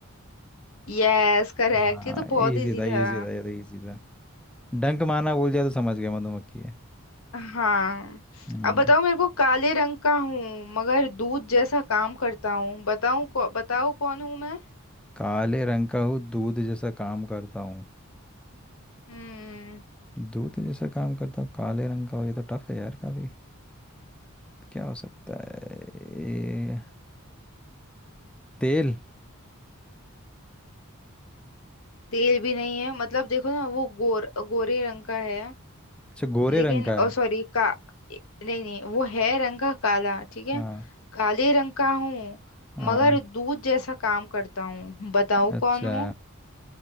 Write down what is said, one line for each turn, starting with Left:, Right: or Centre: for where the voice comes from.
Left: यस करेक्ट
Centre: हाँ
Left: ये तो बहुत
Centre: इजी
Left: इजी
Centre: था
Left: था
Centre: इजी था ये तो इजी था डंक मारना भूल जाए तो समझ गया मधुमक्खी है
Left: हाँ
Centre: हम्म
Left: अब बताओ मेरे को काले रंग का हूँ मगर दूध जैसा काम करता हूँ बताऊँ कौ, बताओ कौन हूँ मैं
Centre: काले रंग का हूँ दूध जैसा काम करता हूँ
Left: हम्म
Centre: दूध जैसा काम करता हूँ काले रंग का हो ये तो टफ है यार काफी क्या हो सकता है ये तेल
Left: तेल भी नहीं है मतलब देखो ना वो गोर गोरे रंग का है
Centre: अच्छा गोरे
Left: लेकिन
Centre: रंग का है
Left: ओ सॉरी का ए- नहीं नहीं वो है रंग का काला ठीक है
Centre: हाँ
Left: काले रंग का हूँ
Centre: हाँ
Left: मगर दूध जैसा काम करता हूँ बताओ
Centre: अच्छा
Left: कौन हूँ